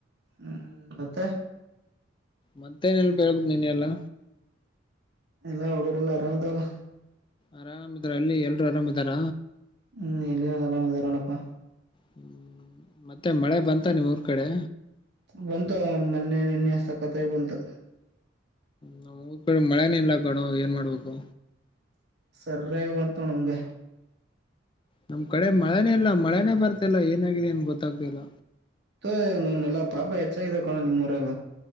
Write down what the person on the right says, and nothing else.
ಹ್ಮ್ ಮತ್ತೆ
ಎಲ್ಲಾ ಹಡುಗುರು ಎಲ್ಲ ಆರಾಮಯಿದವಲ್ಲ
ಹ್ಮ್ ಎಲ್ಲಿ ಎಲ್ಲಾ ಆರಾಮ್ ಇದ್ದರೆ ನೋಡಪ್ಪ
ಬಂತು ಮೊನ್ನೆ ನಿನ್ನೆ ಸಖತಾಗಿಬಂತು
ಸರಿಯಾಗಿ ಬಂತು ನೋಡು ನಮಗೆ
ತು ಎಲ್ಲಾ ಪಾಪ ಹೆಚ್ಚಾಗಾಗಿದೆ ಕಣೋ ನಿಮ್ಮ ಊರಾಗ